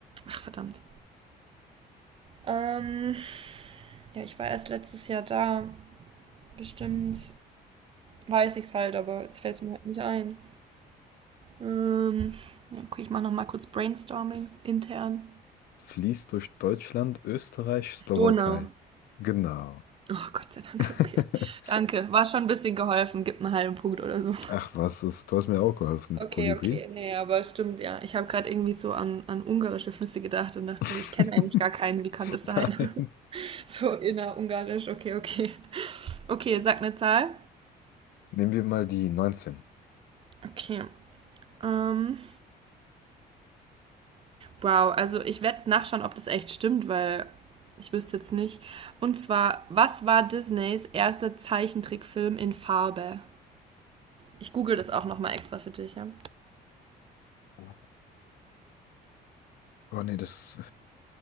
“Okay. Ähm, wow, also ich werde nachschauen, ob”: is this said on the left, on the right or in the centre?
Right